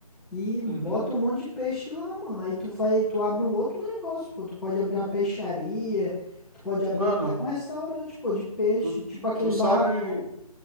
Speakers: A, in the centre; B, on the right.
A: e bota
B: Uhum.
A: um monte de peixe lá, mano. Aí tu faz, tu abre um outro negócio, pô. Tu pode abrir uma peixaria, tu pode abrir
B: Mano,
A: até um restaurante, pô, de peixe,
B: Tu,
A: tipo aquele
B: tu sabe,
A: barracão.